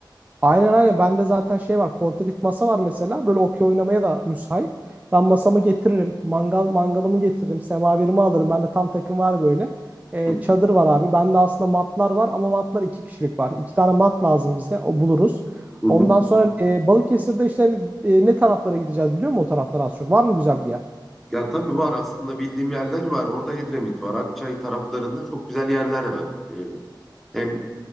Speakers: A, on the right; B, in the centre.
A: Aynen aynen. Bende zaten şey var. Portatif masa var mesela. Böyle okey oynamaya da müsait. Ben masamı getiririm. Mangal mangalımı getiririm. Semaverimi alırım. Bende tam takım var böyle. Ee,
B: Hı
A: çadır var abi. Bende aslında matlar var ama matlar iki kişilik var. İki tane mat lazım bize. O buluruz.
B: hı.
A: Ondan
B: hı.
A: sonra e, Balıkesir'de işte hani, e, ne taraflara gideceğiz biliyor musun o taraflara az çok? Var mı güzel bir yer?
B: Ya tabii var aslında bildiğim yerler var. Orada Edremit var. Akçay taraflarında çok güzel yerler var. Ee, hem